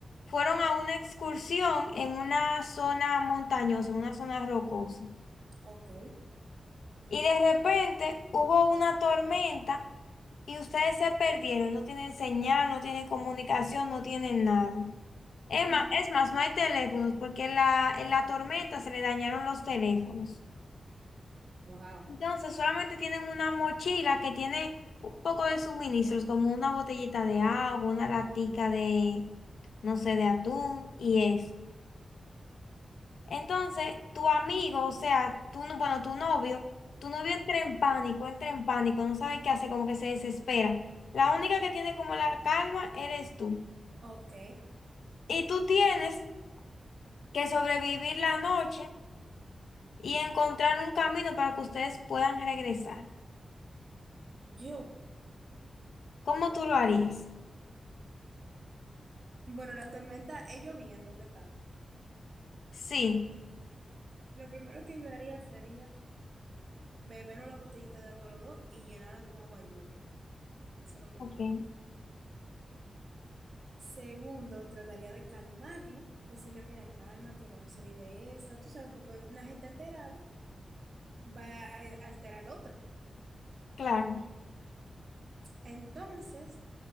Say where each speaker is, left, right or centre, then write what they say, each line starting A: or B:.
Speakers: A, on the left (about 90°); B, on the right (about 60°).
A: fueron a una excursión en una zona montañosa, en una zona rocosa.
B: Ok.
A: Y de repente hubo una tormenta y ustedes se perdieron. No tienen señal, no tienen comunicación, no tienen nada. Es más,
B: <laughs>
A: es más, no hay teléfonos porque en la, en la tormenta se le dañaron los teléfonos.
B: Wow.
A: Entonces solamente tienen una mochila que tiene un poco de suministros, como una botellita de agua, una latica de, no sé, de atún y eso. Entonces, tu amigo, o sea, tú, no- bueno, tu novio, tu novio entra en pánico, entra en pánico, no sabe qué hacer, como que se desespera. La única que tiene como la calma eres tú.
B: Ok.
A: Y tú tienes que sobrevivir la noche y encontrar un camino para que ustedes puedan regresar.
B: Yo,
A: ¿Cómo tú lo harías?
B: Bueno, la tormenta es lloviendo, ¿qué tal?
A: Sí,
B: Lo primero que yo haría sería beber una botellita de agua a los dos y llenarla con agua lluvia. Eso es lo primero.
A: ok,
B: Segundo, trataría de calmarlo, decirle, mira, cálmate, vamos a salir de esta, tú sabes, porque una gente alterada va a alterar al otro.
A: claro.
B: Entonces,